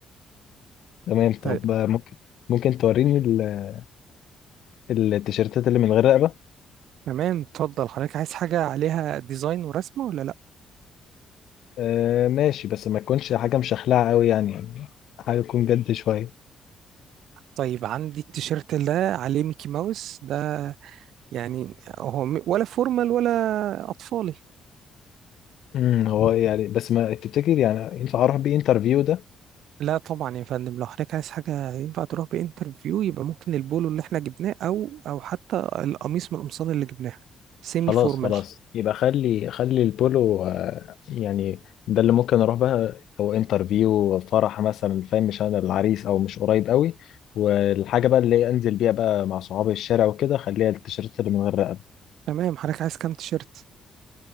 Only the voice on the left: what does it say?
تمام طب
آه، ممكن ممكن توريني ال- التيشيرتات اللي من غير رقبه
آه ماشي بس ما تكونش حاجة مشخلعة قوي يعني يعني حاجة تكون جد شوية
امم هو يعني بس ما تفتكر يعني ينفع اروح بيه انترفيو ده
خلاص
خلاص يبقى خلي خلي البولو آه، يعني ده اللي ممكن اروح بقى هو انترفيو فرح مثلا فاهم مش انا العريس او مش قريب قوي والحاجة بقى اللي انزل بيها بقى مع صحابي الشارع وكده خليها التيشيرت اللي من غير رقبة